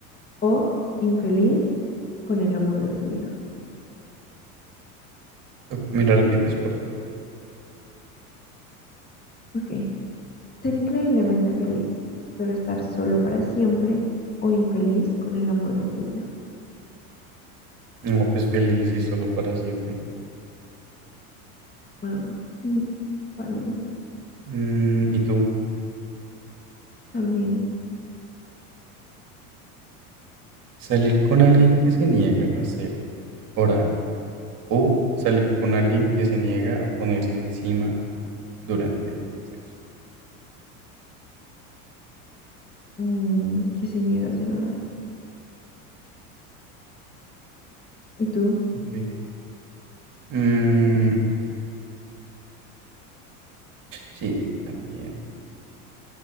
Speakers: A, on the left (about 20°); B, on the right (about 45°).
A: ¿O infeliz con el amor de tu vida?
B: o- ¿Me la repites, porfa?
A: Ok, ser increíblemente feliz, pero estar solo para siempre o infeliz con el amor de tu vida.
B: No, pues feliz y solo para siempre.
A: Ah, sí, valió.
B: Mm, ¿y tú?
A: También,
B: ¿Salir con alguien que se niega a ser oral o salir con alguien que se niega a ponerse encima durante el sexo?
A: mm, que se niega a ser oral. ¿Y tú?
B: Ok. Mm, sí, también.